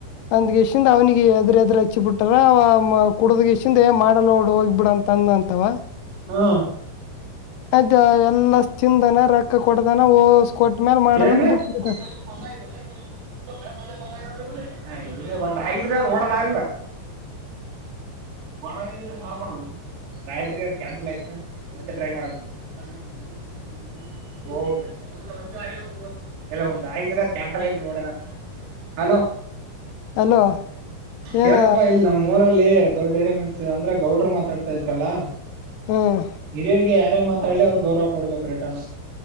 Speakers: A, on the left; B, on the right.
A: ಅಂದ್ಗೆ, ಎಷ್ಟಿಂದ ಅವ್ನಿಗೆ ಎದ್ರ ಎದ್ರರು ಹಚ್ಚಿ ಬಿಟ್ಟಾರ, ಅವ ಕುಡದಗೆ. <inaudible> ಅಂದ್ರೆ, ಮಾಡಲೋಡು, ಹೋಗಿ, ಬಿಡು, ಅಂತ ಅಂದ, ಅಂತವ. <inaudible>
B: ಹ್ಮ... <inaudible>
A: ಅದು, ಎಲ್ಲ ತಿದಾನ ರೊಕ್ಕ ಕೊಡ್ದಾನ, ಓಸ್ ಕೊಟ್ಟ. <inaudible>
B: ಏನ್ರೀ,
A: ಅಂತ ಬಿಟ್ಬಿಟ್ಟ
B: ಸ್ಕೂಲ್, ಬಸ, ಅದೇ, ಅಲ್ಲ, ಕಾಟುಬೇಕ? <inaudible> ಎಲ್, ಬಂದ್ ಹಾಗಗಿದ್ರಿ ಅದು ಓಡದಾಗಲ್ಲ. <unintelligible> ನ್ಲ್ಯತ್, ಒಗೋ. <unintelligible>
A: ಅಲೋ
B: ಕೇಳಪ್ಪ
A: ಏನ
B: ಇಲ್ಲಿ ನಮ್ಮೂರಲ್ಲಿ. <inaudible> ದೊಡ್ಡ, ಮನಸು, ಅಂದರೆ, ಗೌಡರು ಮಾತಡ್ತಾ ಇದ್ರಲ್ಲಾ!. <unintelligible>
A: ಹ್ಮ್
B: ಗಿರಿಯಳ ಯಾರೇ ಮಾತಾಲಿ ಅವ್ ಗೌವ ಕೊಡ್ಬೇಕು ರಿಟಾನ